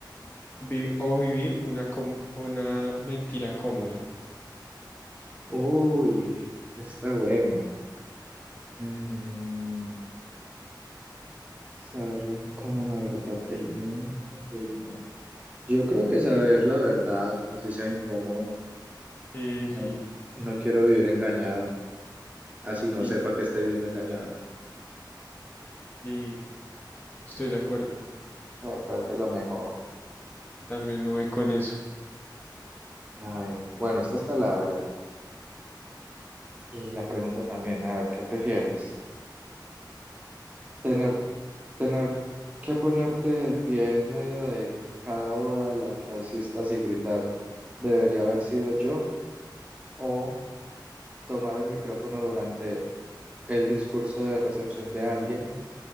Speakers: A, on the left; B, on the right.
A: Vi- o vivir una, com- una mentira cómoda?
B: Uy, eso está bueno. Mm, saber la incómoda verdad del mundo. vivir una- Yo creo que saber la verdad, así sea incómodo,
A: Sí,
B: no,
A: sí,
B: no quiero vivir engañado, así no
A: sí,
B: sepa que esté viendo engañado. <laughs>
A: sí. Estoy de acuerdo.
B: Ah, creo que es lo mejor.
A: También me voy con eso.
B: A ver, bueno, esta está larga. Y la pregunta también, a ver, ¿qué prefieres? Tener, tener que ponerte de pie en medio de cada boda a la que asistas y gritar, debería haber sido yo, o tomar el micrófono durante el discurso de recepción de alguien